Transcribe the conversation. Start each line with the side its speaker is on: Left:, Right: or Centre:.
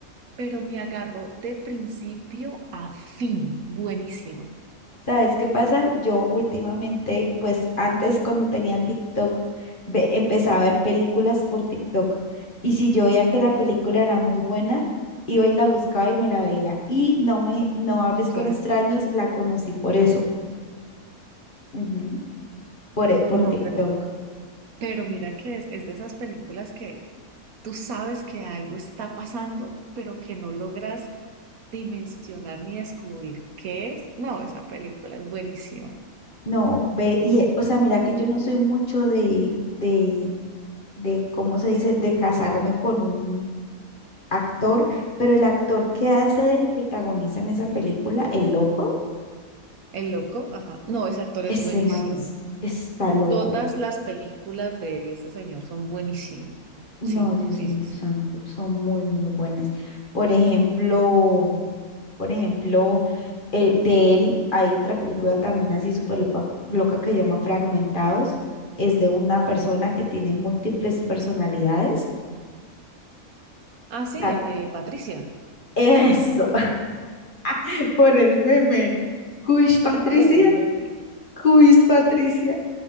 Right: pero me agarró de principio a fin, buenísimo.
Left: ¿Sabes qué pasa? Yo últimamente, pues antes cuando tenía TikTok, ve- empezaba a ver películas por TikTok. Y si yo veía que la película era muy buena, iba y la buscaba y me la veía. Y no me, No hables
Right: Ok.
Left: con extraños, la conocí por eso. Ujú. por, por
Right: No,
Left: TikTok.
Right: pero, pero mira que es, es de esas películas que tú sabes que algo está pasando, pero que no logras dimensionar ni descubrir qué es. No, esa película es buenísima.
Left: No, ve, y, eh, o sea, mira que yo no soy mucho de, de, de, ¿cómo se dice?, de casarme con un actor, pero el actor que hace de protagonista en esa película, el loco,
Right: El loco, ajá. No, ese actor es
Left: ese
Right: buenísimo.
Left: man es, está loco.
Right: Todas las películas de ese señor son buenísimas.
Left: No,
Right: Sí,
Left: Dios
Right: sí,
Left: mío
Right: sí, sí.
Left: santo, son muy, muy buenas. Por ejemplo, Por ejemplo, eh, de él hay otra película también así súper lopa- loca que se llama Fragmentados. Es de una persona que tiene múltiples personalidades.
Right: Ah, sí,
Left: O sea,
Right: el de Patricia,
Left: eso, <laughs> por el meme. Juiz Patricia,
Right: <laughs> por el meme.
Left: Juiz Patricia.